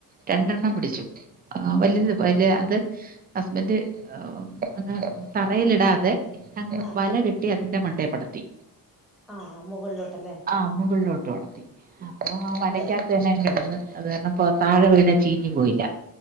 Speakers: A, on the right (about 25°); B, in the centre.
A: രണ്ടെണ്ണം
B: ആഹ്
A: പിടിച്ചു ആഹ് വലുത് വലിയ അത് ഹസ്ബൻഡ് ഏഹ് ഇങ്ങനെ തറയിലിടാതെ അങ്ങ്
B: ആഹ്
A: വല കെട്ടി കെട്ടി അതിന്റെ മണ്ടേ പടർത്തി,
B: ആഹ് മുകളിലോട്ടല്ലേ
A: ആഹ് മുകളിലോട്ട് പടർത്തി അപ്പൊ ആഹ് വലയ്ക്കാകത്ത്
B: ഉം
A: തന്നെ കെടന്ന് അത് കാരണം അപ്പോ താഴെ വീണ് ചീഞ്ഞു പോയില്ല